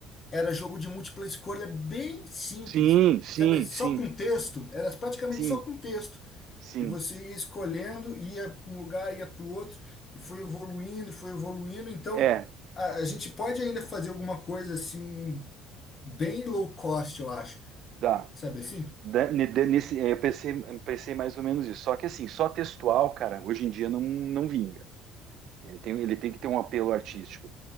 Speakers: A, on the left; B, on the right.
A: era jogo de múltipla escolha bem simples.
B: Sim, sim,
A: Sabe, só
B: sim,
A: com texto, era praticamente
B: sim,
A: só com texto.
B: sim.
A: E você ia escolhendo, ia para um lugar, ia para o outro, e foi evoluindo, foi evoluindo. Então,
B: É,
A: a, a gente pode ainda fazer alguma coisa assim, bem low cost, eu acho.
B: dá.
A: Sabe assim?
B: Da- ne- de- Nesse, é, eu pensei, eu pensei mais ou menos isso. Só que assim, só textual, cara, hoje em dia não, não vinga. Ele tem, ele tem que ter um apelo artístico.